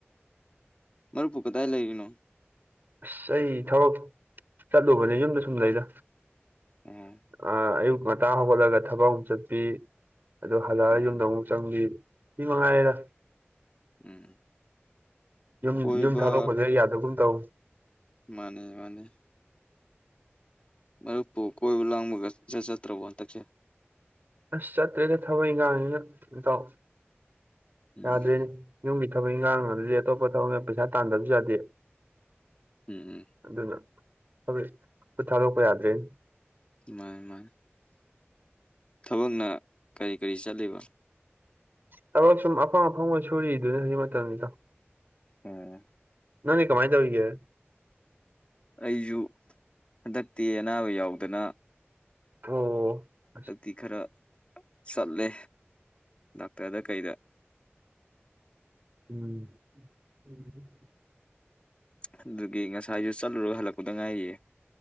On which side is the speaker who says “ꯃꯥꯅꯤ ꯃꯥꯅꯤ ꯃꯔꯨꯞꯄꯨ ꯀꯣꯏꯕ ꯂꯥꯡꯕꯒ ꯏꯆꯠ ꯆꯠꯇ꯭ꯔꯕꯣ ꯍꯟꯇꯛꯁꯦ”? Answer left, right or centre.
Left